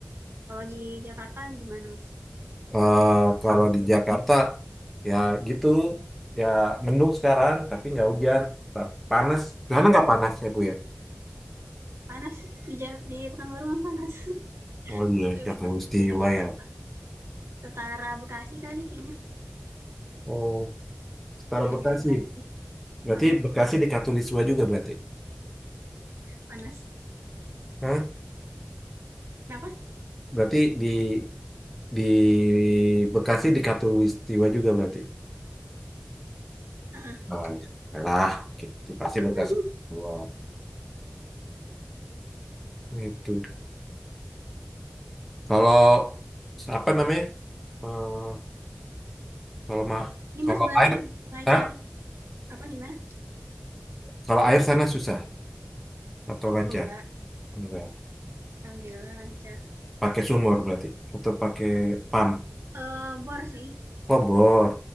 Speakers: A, on the right; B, in the centre.
A: kalau di Jakarta gimana mas
B: Eh, kalau di Jakarta ya gitu ya mendung sekarang tapi nggak hujan Ta- panas Di sana nggak panas ya Bu ya
A: panas di Ja- di Pekanbaru kan panas <laughs>
B: oh iya
A: lebih
B: Katulistiwa
A: panas dari Jakarta
B: ya
A: setara Bekasi kali kayaknya
B: oh setara
A: Kayak
B: Bekasi
A: mirip Bekasi
B: berarti
A: Mm,
B: Bekasi di Katulistiwa juga berarti
A: panas
B: Hah?
A: kenapa
B: berarti di di Bekasi di Katulistiwa juga berarti
A: Heeh.
B: Oh, ya lah, ki- pasti Bekasi.
A: <laughs>
B: Wah, itu. Kalau apa namanya? Eh, kalau ma
A: Ini
B: kalau
A: Mas berarti
B: air
A: pengacar
B: tak
A: apa gimana?
B: kalau air sana susah atau lancar
A: Enggak,
B: enggak
A: Alhamdulillah lancar.
B: pakai sumur berarti atau pakai pam
A: Eh bor sih.
B: oh bor